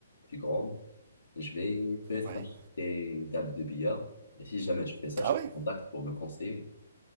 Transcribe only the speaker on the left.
plus grande, je vais peut-être
acheter une table de billard. Et si jamais je fais ça, je
te
contacte pour me conseiller.